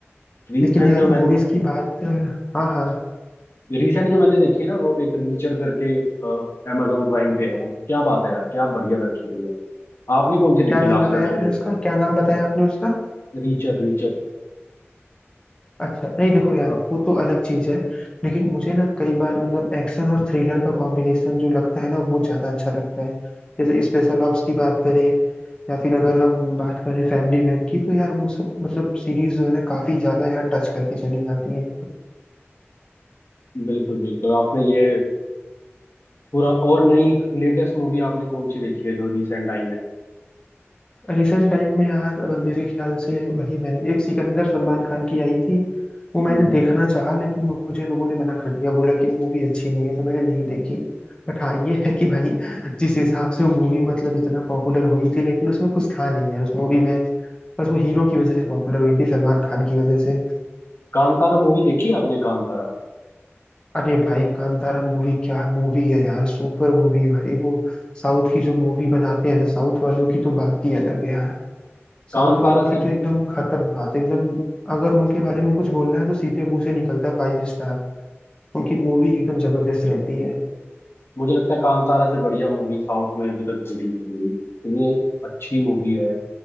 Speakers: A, on the left (about 60°); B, on the left (about 20°).
A: रिसेंट
B: लेकिन यार
A: जो मैंने
B: मूवीज की बात हाँ हाँ
A: रिसेंट जो मैंने देखी है ना वो एक रीचर करके अमेजोन प्राइम पे है वो क्या बात है यार क्या बढ़िया वेब सीरीज है आपने कौन सी
B: क्या
A: देखी
B: नाम
A: last
B: बताया
A: web series
B: आपने उसका क्या नाम बताया आपने उसका
A: Reacher Reacher
B: अच्छा नहीं देखो यार
A: हाँ
B: वो तो अलग चीज है लेकिन मुझे ना कई बार मतलब एक्शन और थ्रिलर का कॉम्बिनेशन जो लगता है ना वो ज्यादा अच्छा लगता है जैसे स्पेशल ऑप्स की बात करें या फिर अगर हम बात करें फैमिली मैन की तो यार वो सब मतलब सीरीज जो है ना काफी ज्यादा यार टच करके चली जाती है
A: बिल्कुल बिल्कुल आपने ये पूरा और नई लेटेस्ट मूवी आपने कौन सी देखी है जो रिसेंट टाइम
B: रिसेंट टाइम में यार अ, मेरे ख्याल से वही मैंने एक सिकंदर सलमान खान की आई थी वो मैंने
A: में
B: देखना चाहा लेकिन मुझे लोगों ने मना कर दिया बोला कि वो मूवी अच्छी नहीं है तो मैंने नहीं देखी बट हाँ ये है कि भाई जिस हिसाब से वो मूवी मतलब इतना पॉपुलर हुई थी लेकिन उसमें कुछ था नहीं यार उस मूवी में बस वो हीरो की वजह से पॉपुलर हुई थी सलमान खान की वजह से
A: कांतारा मूवी देखी है आपने कांतारा
B: अरे भाई कांतारा मूवी क्या मूवी है यार सुपर मूवी है भाई वो साउथ की जो मूवी बनाते हैं ना साउथ वालों की तो बात ही अलग है यार
A: कांतारा
B: साउथ वालों की
A: से
B: तो एकदम खत्म बात एकदम अगर उनके बारे में कुछ बोलना है तो सीधे मुंह से निकलता है फाइव स्टार उनकी मूवी एकदम जबरदस्त रहती है
A: मुझे लगता है कांतारा से बढ़िया मूवी साउथ में अभी तक रिलीज हुई है। इतनी अच्छी मूवी है